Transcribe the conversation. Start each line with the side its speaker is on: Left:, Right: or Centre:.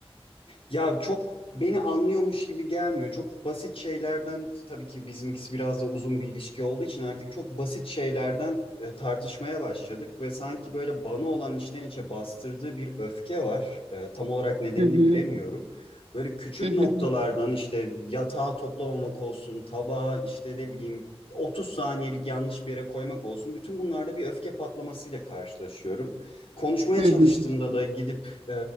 Left: Ya çok beni anlıyormuş gibi gelmiyor. Çok basit şeylerden tabii ki bizimkisi biraz da uzun bir ilişki olduğu için artık çok basit şeylerden e, tartışmaya başladık ve sanki böyle bana olan içten içe bastırdığı bir öfke var. E, tam olarak nedenini
Right: Hı hı,
Left: bilemiyorum. Böyle küçük
Right: hı hı,
Left: noktalardan işte yatağı toplamamak olsun, tabağı işte ne bileyim 30 saniyelik yanlış bir yere koymak olsun. Bütün bunlarda bir öfke patlamasıyla karşılaşıyorum. Konuşmaya
Right: hı
Left: çalıştığımda
Right: hı,
Left: da gidip e,